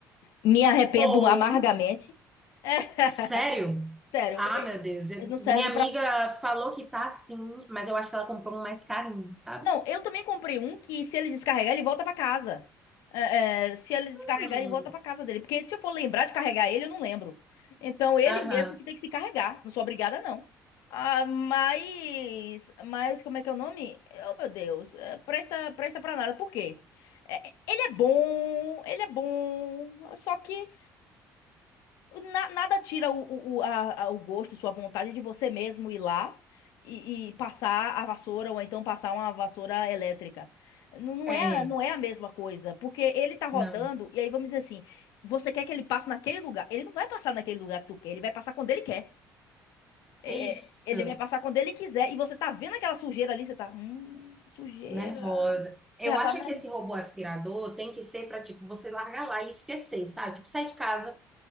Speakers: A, on the left (about 70°); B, in the centre.
A: me arrependo
B: Ou,
A: amargamente. <laughs>
B: sério?
A: sério,
B: Ah,
A: é,
B: meu Deus. eu-
A: é, não serve
B: minha amiga
A: pra.
B: falou que tá assim, mas eu acho que ela comprou um mais carinho, sabe?
A: Não, eu também comprei um que se ele descarregar, ele volta pra casa. É, é, se ele descarregar,
B: Hum,
A: ele volta pra casa dele. Porque se eu for lembrar de carregar ele, eu não lembro. Então, ele
B: aham.
A: mesmo que tem que se carregar. Não sou obrigada, não. Ah, mas... Mas como é que é o nome? Oh, meu Deus. É, presta, presta pra nada. Por quê? É, ele é bom, ele é bom. Só que na- nada tira o, o, o- a, a- o gosto, sua vontade de você mesmo ir lá e, e passar a vassoura ou então passar uma vassoura elétrica. Não, não
B: É.
A: é, a- não é a mesma coisa, porque ele tá rodando
B: Não.
A: e aí vamos dizer assim, você quer que ele passe naquele lugar? Ele não vai passar naquele lugar que tu quer, ele vai passar quando ele quer. É,
B: Isso,
A: é, ele vai passar quando ele quiser e você tá vendo aquela sujeira ali, você tá, hum, sujeira.
B: nervosa. Eu
A: Você já tá,
B: acho
A: né?
B: que esse robô aspirador tem que ser para tipo você largar lá e esquecer, sabe? Tipo, sai de casa,